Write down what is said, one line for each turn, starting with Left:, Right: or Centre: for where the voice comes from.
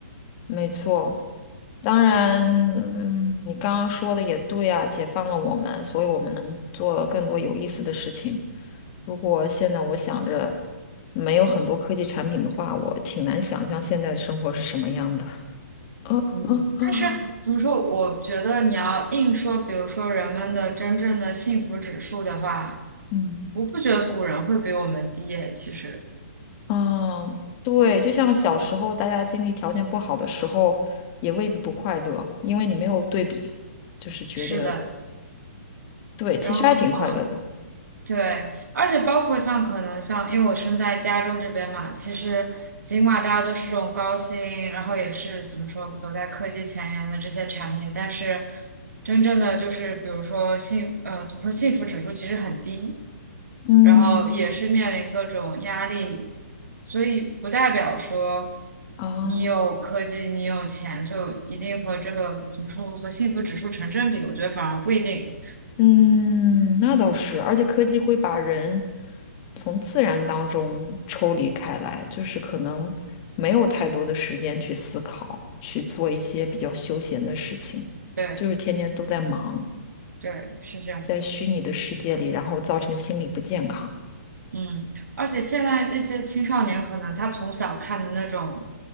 Left: 没错。当然，嗯你刚刚说的也对啊，解放了我们，所以我们能做更多有意思的事情。如果现在我想着没有很多科技产品的话，我挺难想象现在的生活是什么样的。<laughs>
Right: 嗯但是怎么说？我觉得你要硬说，比如说人们的真正的幸福指数的话，
Left: 嗯，
Right: 我不觉得古人会比我们低耶。其实
Left: 啊，对，就像小时候大家经济条件不好的时候，也未必不快乐，因为你没有对比，就是觉得
Right: 是的，
Left: 对，其实还挺快乐的。
Right: 然后嗯。对，而且包括像可能像，因为我身在加州这边嘛，其实尽管大家都是这种高薪，然后也是怎么说走在科技前沿的这些产业，但是真正的就是比如说幸呃怎么说幸福指数其实很低，
Left: 嗯，
Right: 然后也是面临各种压力，所以不代表说
Left: 啊。
Right: 你有科技你有钱就一定和这个怎么说和幸福指数成正比，我觉得反而不一定。
Left: 嗯，那倒是，而且科技会把人从自然当中抽离开来，就是可能没有太多的时间去思考，去做一些比较休闲的事情，
Right: 对
Left: 就是天天都在忙，
Right: 对，是这样。
Left: 在虚拟的世界里，然后造成心理不健康。
Right: 嗯，而且现在那些青少年可能他从小看的那种、